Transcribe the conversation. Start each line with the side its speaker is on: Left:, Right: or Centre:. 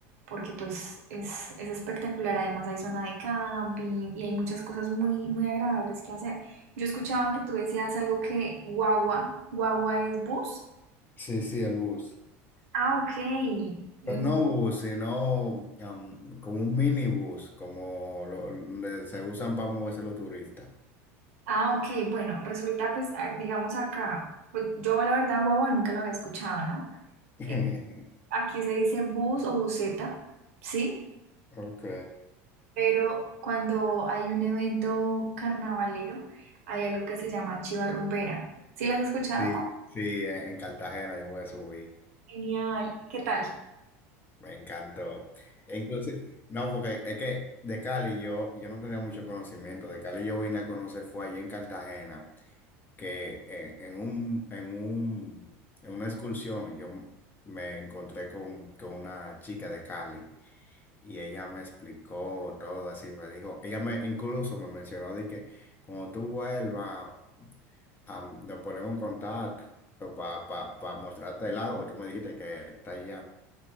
Right: porque pues es, es espectacular, además hay zona de camping y hay muchas cosas muy, muy agradables que hacer. Yo escuchaba que tú decías algo que guagua, guagua es bus.
Left: sí, sí, el bus.
Right: Ah, ok. Mm,
Left: Pero no bus, sino am, como un minibús, como lo, donde se usan para moverse los turistas.
Right: Ah, ok, bueno, resulta pues, ah, digamos acá, pues yo la verdad guagua nunca lo había escuchado, ¿no?
Left: <laughs>
Right: Eh, Aquí se dice bus o buseta, ¿sí?
Left: Ok.
Right: Pero cuando hay un evento carnavalero, hay algo que se llama chiva rumbera. ¿Sí las has escuchado?
Left: Sí, sí, en en Cartagena yo me subí.
Right: Genial. ¿Qué tal?
Left: Me encantó. E Inclusive, no, porque es que de Cali yo, yo no tenía mucho conocimiento. De Cali yo vine a conocer, fue allá en Cartagena, que en, en un, en un, en una excursión yo m- me encontré con, con una chica de Cali y ella me explicó todo así. Me dijo, ella me incluso me mencionó de que cuando tú vuelvas, am, nos ponemos en contacto para mostrarte el lago que tú me dijiste que está allá.